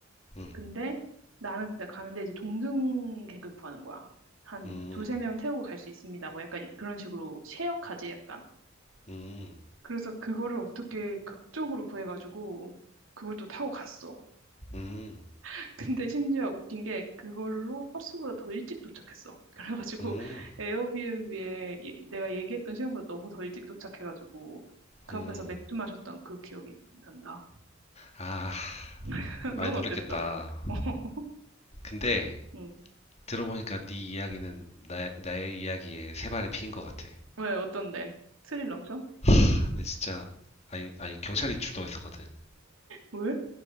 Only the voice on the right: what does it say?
근데 나는 근데 가는데 이제 동승객을 구하는 거야. 한
두세 명 태우고 갈 수 있습니다. 뭐 약간 이- 그런 식으로 쉐어카지 약간.
그래서 그거를 어떻게 극적으로 구해가지고 그걸 또 타고 갔어.
<laughs> 근데 심지어 웃긴 게 그걸로 버스보다 더 일찍 도착했어. <laughs> 그래가지고
에어비앤비에 예- 내가 얘기했던 시간보다 너무 더 일찍 도착해가지고 그
앞에서 맥주 마셨던 그 기억이 난다.
<laughs>
넌
어땠어? <laughs>
응.
왜 어떤데? 스릴 넘쳐?
응.
왜?